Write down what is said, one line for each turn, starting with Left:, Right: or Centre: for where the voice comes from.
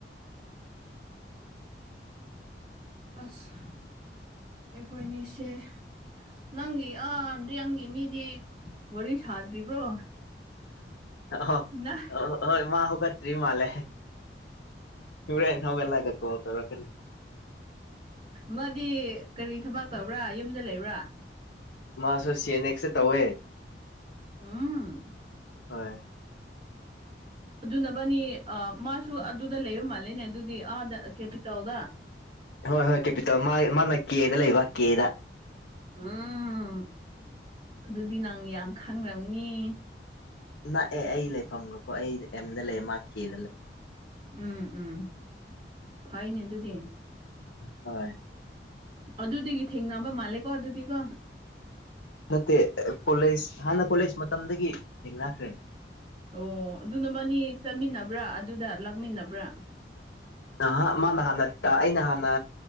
Right: ꯑꯁ ꯑꯩꯈꯣꯏꯅꯤꯁꯦ ꯅꯪꯒꯤ ꯑꯗ ꯅꯪꯒꯤ ꯃꯤꯗꯤ ꯋꯥꯔꯤ ꯁꯥꯗ꯭ꯔꯤꯕ꯭ꯔꯣ
Left: ꯑꯣ
Right: ꯅ
Left: ꯍꯣꯏ ꯃꯥ ꯍ ꯀꯇ꯭ꯔꯤ ꯃꯥꯂꯦ ꯏꯕ꯭ꯔꯦ ꯅꯒꯂꯒ ꯀꯣ ꯇꯔ ꯀ
Right: ꯃꯥꯗꯤ ꯀꯔꯤ ꯊꯕꯥꯛ ꯇꯧꯕ꯭ꯔꯥ ꯌꯨꯝꯗ ꯂꯩꯕ꯭ꯔꯥ
Left: ꯃꯥꯁꯨ ꯁꯤ ꯑꯦꯟ ꯑꯦꯛꯁꯁꯦ ꯇꯧꯋꯦ
Right: ꯎꯝ
Left: ꯍꯣꯏ
Right: ꯑꯗꯨꯅꯕꯅꯤ ꯃꯥꯁꯨ ꯑꯗꯨꯗ ꯂꯩꯕ ꯃꯥꯜꯂꯦꯅꯦ ꯑꯗꯨꯗꯤ ꯑꯥꯗ ꯀꯦꯄꯤꯇꯥꯜꯗ
Left: ꯍꯣꯏ ꯍꯣꯏ ꯀꯦꯄꯤ ꯇꯧ ꯃꯥ ꯃꯥꯅ ꯀꯦꯗ ꯂꯩꯕ ꯀꯦꯗ
Right: ꯎꯝ ꯑꯗꯨꯗꯤ ꯅꯪ ꯌꯥꯝ ꯈꯪꯅꯝꯅꯤ
Left: ꯅꯥꯛꯑ ꯑꯩ ꯂꯩꯐꯝꯒꯀꯣ ꯑꯩ ꯑꯦꯝꯗ ꯂꯩ ꯃꯥ ꯀꯦꯗ ꯂꯩ
Right: ꯎꯝ ꯎꯝ ꯐꯩꯅꯦ ꯑꯗꯨꯗꯤ
Left: ꯍꯣꯏ
Right: ꯑꯗꯨꯗꯤꯗꯒꯤ ꯊꯦꯡꯅꯕ ꯃꯥꯂꯦꯀꯣ ꯑꯗꯨꯗꯤꯀꯣ
Left: ꯐꯠꯇꯦ ꯀꯣꯂꯦꯖ ꯍꯥꯟꯅ ꯀꯣꯂꯦꯖ ꯃꯇꯝꯗꯒꯤ ꯊꯦꯡꯅꯈ꯭ꯔꯦ
Right: ꯑꯣ ꯑꯗꯨꯅ ꯃꯅꯤ ꯆꯠꯃꯤꯟꯅꯕ꯭ꯔꯥ ꯑꯗꯨꯗ ꯂꯥꯛꯃꯤꯟꯅꯕ꯭ꯔꯥ
Left: ꯑ ꯃꯥꯅ ꯍꯥꯟꯅ ꯑꯩꯅ ꯍꯥꯟꯅ